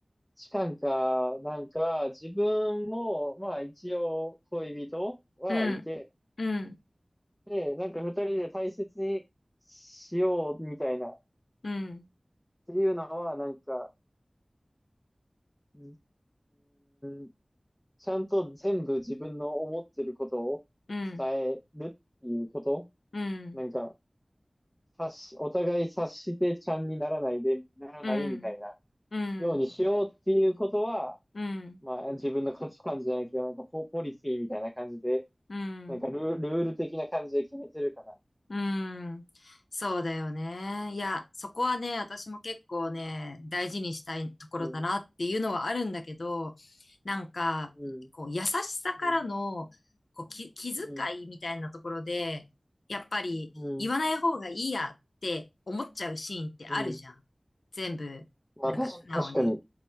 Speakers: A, in the centre; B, on the left.
A: 痴漢か、なんか、自分も、まあ一応恋人はいて、
B: うん、うん、
A: で、なんか二人で大切にしようみたいな、っ
B: うん、
A: ていうのは、なんか、うん、うーんちゃんと全部自分の思ってることを
B: うん、
A: 伝えるっていうこと
B: うん、
A: なんか、察し、お互い察してちゃんにならないで、ならないみたいな。
B: うん。うん、
A: ようにしようっていうことは、
B: うん、
A: まあ自分の価値観じゃないけど、なんかポ、ポリシーみたいな感じで、
B: うん。
A: なんかルー、ルール的な感じで決めてるかな
B: うん。そうだよね。いや、そこはね、私も結構ね、大事にしたいところだなっていうのはあるんだけど、
A: うん、
B: なんか、
A: うん、
B: こう、優しさからの、
A: うん、
B: こう、き、気遣いみたいなところで、
A: うん、
B: やっぱり言わない方がいいやって思っちゃうシーンってあるじゃん。
A: うん、うん。
B: 全部、
A: まあ確か、
B: なんか素直に。
A: 確かに。